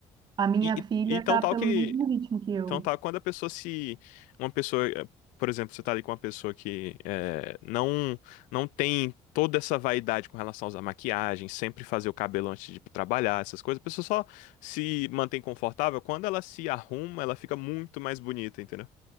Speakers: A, on the right; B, on the left.
A: A minha
B: E,
A: filha
B: e, e tão
A: tá
B: tal
A: pelo
B: que.
A: mesmo ritmo que eu.
B: Tão tal quando a pessoa se. Uma pessoa. eh, Por exemplo, você tá ali com uma pessoa que eh, não, não tem toda essa vaidade com relação a usar maquiagem, sempre fazer o cabelo antes de ir trabalhar, essas coisas. A pessoa só se mantém confortável. Quando ela se arruma, ela fica muito mais bonita, entendeu?